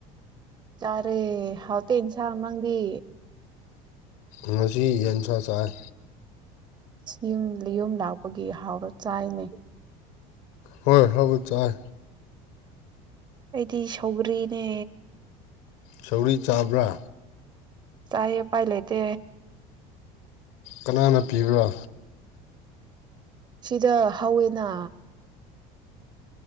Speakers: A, on the right; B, on the left.
A: ꯆꯥꯔꯦ ꯍꯥꯎꯇꯦ ꯏꯟꯁꯥꯡ ꯅꯥꯪ ꯗꯤ
B: ꯉꯁꯤ ꯌꯦꯟꯁꯥ ꯆꯥꯏ
A: ꯌꯨꯝꯌꯨꯝ ꯂꯥꯛꯄꯒꯤ ꯍꯥꯎꯔ ꯆꯥꯏꯅꯩ
B: ꯍꯣꯏ ꯍꯧ ꯆꯥꯏ
A: ꯑꯩꯗꯤ ꯁꯧꯒ꯭ꯔꯤꯅꯦ
B: ꯁꯧꯒ꯭ꯔꯤ ꯆꯥꯕ꯭ꯔꯥ
A: ꯆꯥꯏꯌꯦ ꯄꯥꯏ ꯂꯩꯇꯦ
B: ꯀꯅꯥꯅ ꯄꯤꯕ꯭ꯔꯥ
A: ꯁꯤꯗ ꯍꯧꯋꯦꯅ